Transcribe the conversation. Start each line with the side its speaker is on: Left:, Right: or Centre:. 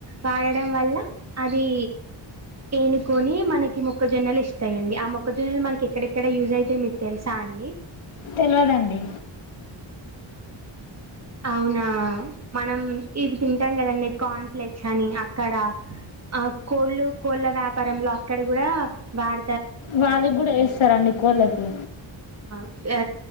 Right: వాడడం వల్ల అది ఏనుకొని మనకి మొక్కజొన్నలు ఇస్తాయండి ఆ మొక్కజొన్నలు మనకి ఎక్కడెక్కడ యూస్ అయితయో మీకు తెలుసా అండి
Left: తెల్వదండి
Right: అవునా మనం ఇవి తింటాం కదండడి కార్న్ఫ్లెక్స్ అని అక్కడ ఆ కోళ్ళు కోళ్ళ వ్యాపారంలో అక్కడ కూడా వాడ
Left: వాళ్ళకి కూడా వేస్తారండి కోళ్ళకి
Right: ఆ